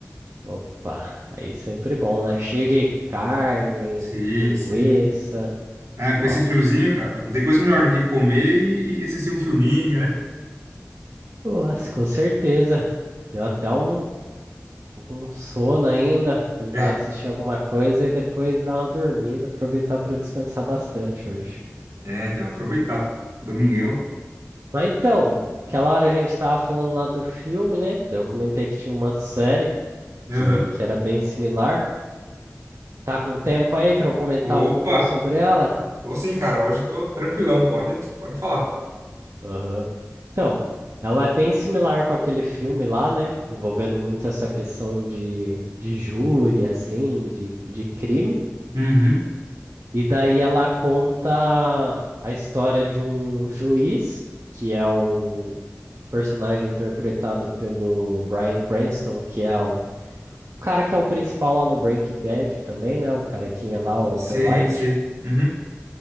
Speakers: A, on the right; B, on the right.
A: Opa, aí sempre bom, né? Cheio de carne,
B: Sim,
A: linguiça.
B: sim. Ah, com
A: Top.
B: esse friozinho, cara, não tem coisa melhor do que comer e, e assistir um filminho, né?
A: Nossa, com certeza. Deu até um, um sono ainda. Tentar
B: É,
A: assistir alguma coisa e depois dar uma dormida, aproveitar para descansar bastante hoje.
B: é, então, aproveitar. Domingão.
A: Mas então, aquela hora a gente tava falando lá do filme, né? Daí Eu comentei que tinha uma série que,
B: Aham.
A: que era bem similar. Tá com um tempo aí para eu comentar
B: Opa!
A: um pouquinho sobre ela?
B: Tô sim, cara. Hoje tô tranquilão, pode, pode falar.
A: Aham. Então, ela é bem similar com aquele filme lá, né? Envolvendo muito essa questão de, de júri, assim, de, de crime.
B: Uhum.
A: E daí ela conta a história de um juiz, que é o personagem interpretado pelo Bryan Cranston, que é o cara que é o principal lá no Breaking Bad também, né? O carequinha lá, o Walter
B: Sei,
A: White.
B: sei. Uhum.